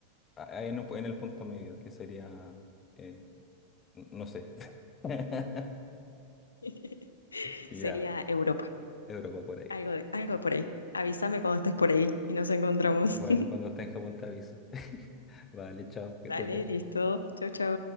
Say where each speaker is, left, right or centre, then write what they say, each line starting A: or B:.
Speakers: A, on the left; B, on the left.
A: Ah, ahí En, un- en el punto medio, que sería, eh, n- no sé. <laughs>
B: <laughs>
A: Ya,
B: Sería Europa,
A: Europa por ahí.
B: algo de, algo por ahí. Avísame cuando estés por ahí y nos encontramos.
A: Bueno,
B: <laughs>
A: cuando esté en Japón te aviso. <laughs> Vale, chao, que estés
B: Dale,
A: bien.
B: listo. Chau, chau.